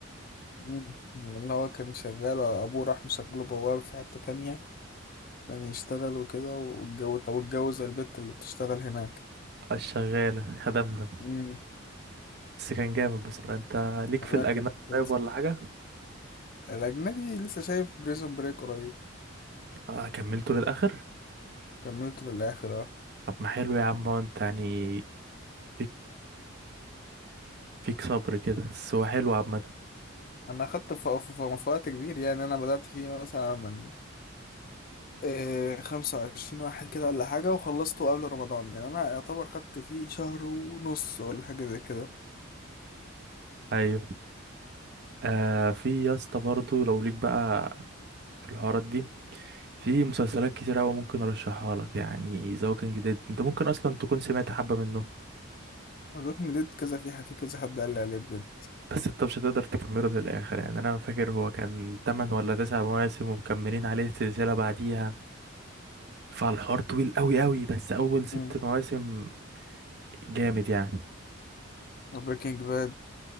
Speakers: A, on the left; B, on the right.
A: امم اللي هو كان شغال أبوه راح مشغله بواب في حتة تانية كان يشتغل وكده واتجوز طب واتجوز البت اللي بتشتغل هناك
B: الشغالة خدمنا
A: مم.
B: بس كان جامد بصراحة انت ليك
A: لا
B: في الأجنبي
A: كان مسلسل
B: طيب ولا حاجة
A: الأجنبي لسه شايف بريزون بريك قريب
B: آه كملته للآخر
A: كملته للآخر اه
B: طب ما حلو يا عم هو انت يعني فيك فيك صبر كده بس هو حلو عامة
A: أنا أخدت ف- ف- ف- في وقت كبير يعني أنا بدأت فيه مثلا من آه خمسة وعشرين واحد كده ولا حاجة وخلصته قبل رمضان يعني أنا يعتبر خدت فيه شهر ونص ولا حاجة زي كده
B: ايوه آه في يا اسطى برضه لو ليك بقى في الحوارات دي في مسلسلات كتير أوي ممكن أرشحها لك يعني إذا هو كان جديد أنت ممكن أصلا تكون سمعت حبة منه
A: ولكن جد كذا في حد- في كذا حد قال لي عليه بجد
B: بس أنت مش هتقدر تكمله للآخر يعني أنا فاكر هو كان تمن ولا تسع مواسم ومكملين عليه سلسلة بعديها فالحوار طويل أوي أوي بس أول ست
A: مم.
B: مواسم جامد يعني
A: بريكنج باد